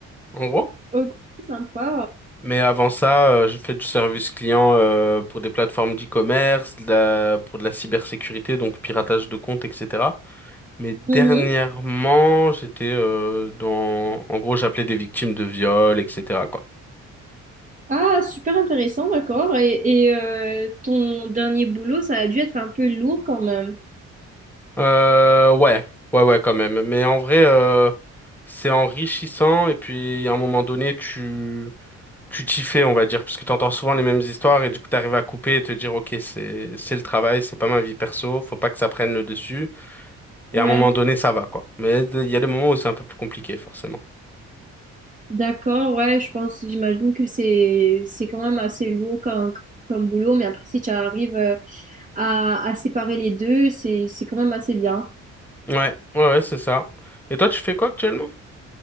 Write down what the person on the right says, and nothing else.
Ok, sympa.
Mhm.
Ah, super intéressant, d'accord. Et, et, euh, ton dernier boulot, ça a dû être un peu lourd quand même.
Ouais,
d'accord, ouais, je pense, j'imagine que c'est c'est quand même assez lourd comme, comme boulot, mais après, si tu arrives. euh, à, à séparer les deux, c'est, c'est quand même assez bien.